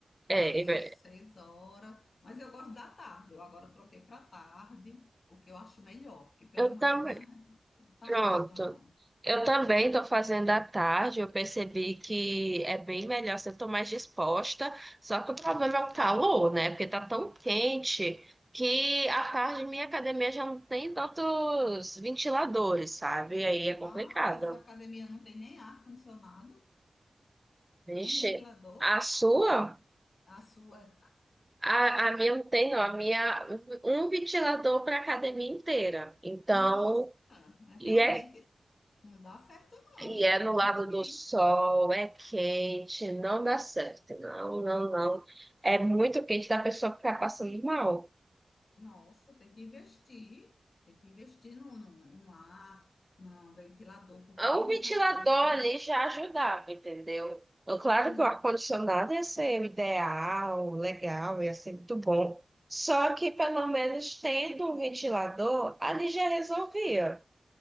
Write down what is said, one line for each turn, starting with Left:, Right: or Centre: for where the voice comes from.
Right: É,
Left: Aí
Right: é,
Left: às seis horas, mas eu gosto da tarde. Eu agora troquei para tarde, porque eu acho melhor, porque pela
Right: eu
Left: manhã
Right: também.
Left: eu não tava
Right: Pronto.
Left: gostando, não.
Right: Eu também estou fazendo à tarde. Eu percebi que é bem melhor se eu estou mais disposta. Só que o problema é o calor, né? Porque tá tão quente que à tarde minha academia já não tem tantos ventiladores, sabe? Aí é complicado.
Left: Ah, essa academia não tem nem ar-condicionado,
Right: Vixe,
Left: nem ventilador.
Right: a sua?
Left: A sua,
Right: A, a minha não tem, não. A minha, um ventilador para a academia inteira. Então,
Left: nossa, é realmente
Right: e é
Left: não dá certo, não,
Right: E
Left: pô,
Right: é
Left: tá
Right: no
Left: muito
Right: lado
Left: quente.
Right: do sol, é quente, não dá certo. Não, não, não. É muito quente da pessoa ficar passando mal.
Left: Nossa, tem que investir, tem que investir num no, no, no ar, no ventilador, porque
Right: Um
Left: como
Right: ventilador
Left: está ficando quente.
Right: ali já ajudava, entendeu? Então, claro
Left: hum,
Right: que o ar-condicionado ia ser o ideal, legal, ia ser muito bom. Só que pelo menos tendo um ventilador, ali já resolvia.